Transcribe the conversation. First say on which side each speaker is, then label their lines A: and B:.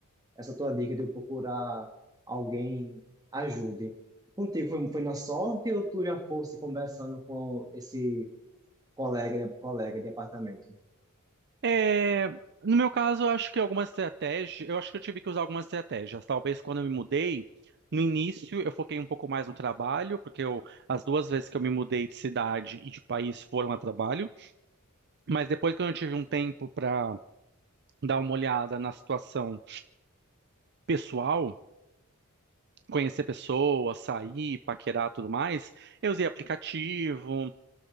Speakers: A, on the right (about 20°); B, on the right (about 50°).
A: essa tua dica de eu procurar alguém ajude. Contigo foi, foi na sorte ou tu já fosse conversando com esse colega, de- colega de apartamento?
B: É, no meu caso, eu acho que algumas estratégias, eu acho que eu tive que usar algumas estratégias. Talvez quando eu me mudei, no início eu foquei um pouco mais no trabalho, porque eu, as duas vezes que eu me mudei de cidade e de país foram a trabalho. Mas depois, quando eu tive um tempo para dar uma olhada na situação pessoal, conhecer pessoas, sair, paquerar, tudo mais, eu usei aplicativo,